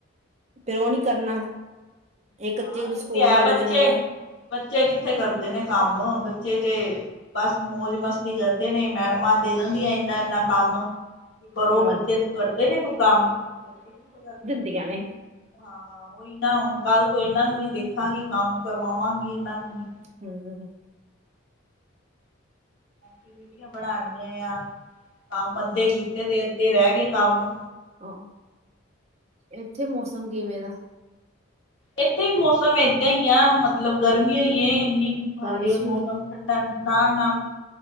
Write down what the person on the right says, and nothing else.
ਤੇ ਉਹ ਨੀ ਕਰਨਾ, ਇੱਕ
ਤੀਕ ਨੂੰ
ਸਕੂਲ
ਲੱਗ
ਜਾਣੇ ਨੇ।
ਆਹੋ
ਧੀਆਂ ਨੇ
ਹਮ।
ਆਹ, ਇੱਥੇ ਮੌਸਮ ਕਿਵੇਂ ਦਾ?
ਬਾਰਿਸ਼